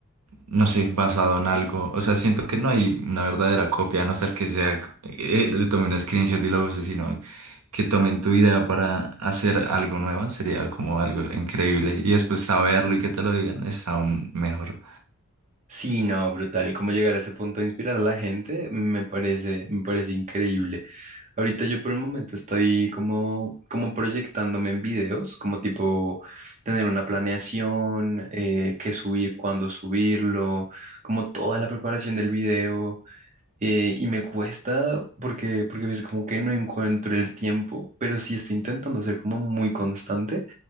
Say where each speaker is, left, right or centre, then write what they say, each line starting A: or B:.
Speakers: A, on the right (about 80°); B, on the right (about 35°).
A: no sé, basado en algo. O sea, siento que no hay una verdadera copia, a no ser que sea, eh, le tomen un screenshot y lo use, sino que tomen tu idea para hacer algo nuevo. Sería como algo increíble. Y después saberlo y que te lo digan, es aún mejor.
B: Sí, no, brutal. Cómo llegar a ese punto de inspirar a la gente me parece, me parece increíble. Ahorita yo por el momento estoy como, como proyectándome en videos, como tipo tener una planeación, eh, qué subir, cuándo subirlo, como toda la preparación del video. eh, y me cuesta porque, porque a veces como que no encuentro el tiempo, pero sí estoy intentando ser como muy constante